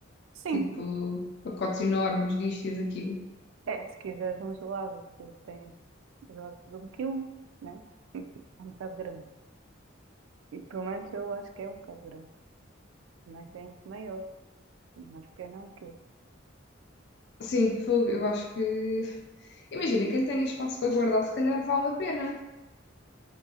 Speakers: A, on the right (about 85°); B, on the left (about 60°).
A: Sim,
B: Tipo, pacotes enormes disto e daquilo.
A: é, se quiseres um gelado, tu tens gelado de um quilo, né? <laughs> É um bocado grande. E pelo menos eu acho que é um bocado grande. Mas tem maior. Mas que é não que eu-
B: Sim, fogo, eu acho que. Imagina, quem tem espaço para guardar, se calhar vale a pena.